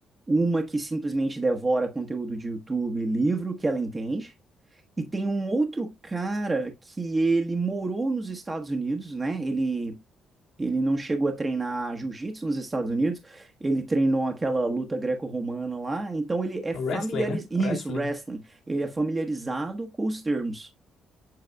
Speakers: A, on the right; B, on the left.
A: uma que simplesmente devora conteúdo de YouTube e livro que ela entende, e tem um outro cara que ele morou nos Estados Unidos, né? Ele ele não chegou a treinar jiu-jitsu nos Estados Unidos, ele treinou aquela luta greco-romana lá, então ele é
B: É
A: familiarizado,
B: Wrestling, né? É
A: isso,
B: Wrestling.
A: wrestling, ele é familiarizado com os termos.